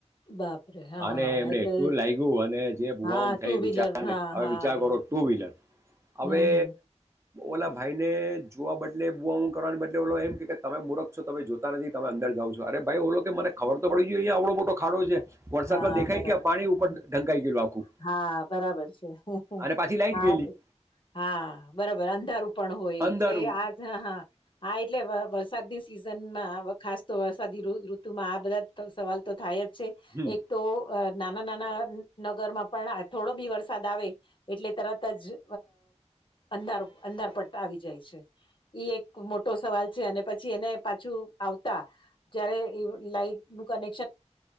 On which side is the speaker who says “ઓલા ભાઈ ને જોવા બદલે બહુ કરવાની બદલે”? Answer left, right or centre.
Right